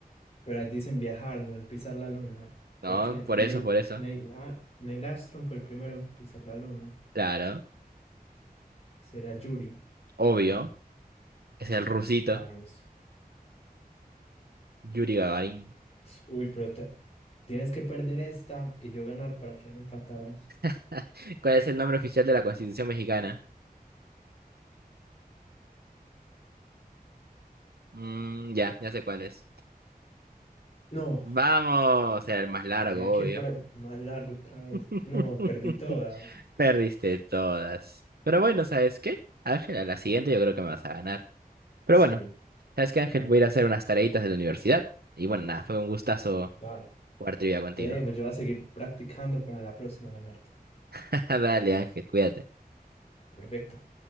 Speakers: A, on the left; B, on the right.
A: Pero ahí dicen viajar, no en pisar la luna.
B: ¿no?
A: Porque
B: Por
A: Neil,
B: eso, por eso.
A: Neil, A- Neil Armstrong fue el primero en pisar la luna.
B: Claro,
A: ¿Será Yuri
B: obvio.
A: o John?
B: Es el
A: Yuri,
B: rusito,
A: vamos.
B: Yuri Gagarin.
A: Uy, pero te- tienes que perder esta y yo ganar para quedar empatados.
B: <laughs> ¿Cuál es el nombre oficial de la Constitución mexicana? Mm, ya, ya sé cuál es.
A: No,
B: Vamos, era el más largo,
A: tenía que
B: obvio.
A: ir por el más largo otra vez.
B: <laughs>
A: No, perdí todas.
B: Perdiste todas. Pero bueno, ¿sabes qué? Ángela, la siguiente yo creo que me vas a ganar. Pero
A: Sí,
B: bueno, ¿sabes qué, Ángel?
A: bueno,
B: Voy a ir a hacer unas tareitas de la universidad. Y bueno, nada, fue un gustazo
A: vale.
B: jugar trivia contigo.
A: Te dejo, yo voy a seguir practicando para la próxima ganarte.
B: <laughs> Dale, Ángel, cuídate.
A: Perfecto.